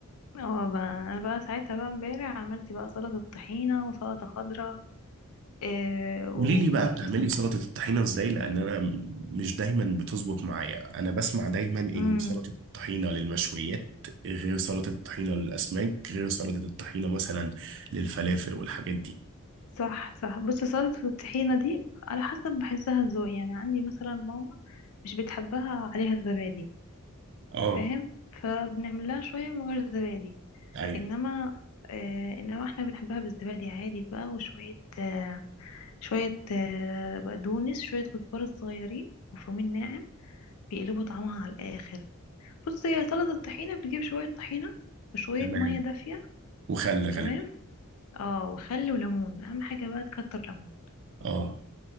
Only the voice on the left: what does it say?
اه بقى انا بقى ساعتها بقى امبارح عملت بقى سلطه طحينه وسلطه خضراء إيه ولا
بس
امم
صح صح بص سلطة الطحينة دي على حسب بحسها ذوق يعني عندي مثلا ماما مش بتحبها عليها زبادي
فاهم فبنعمل لها شوية من غير زبادي
انما آه انما احنا بنحبها بالزبادي عادي بقى وشوية آه شوية آه بقدونس شوية كزبرة صغيرين مفرومين ناعم بيقلبوا طعمها على الآخر بص هي سلطة الطحينة بتجيب شوية طحينة وشوية
مية دافية
تمام اه وخل وليمون اهم حاجة بقى تكتر ليمون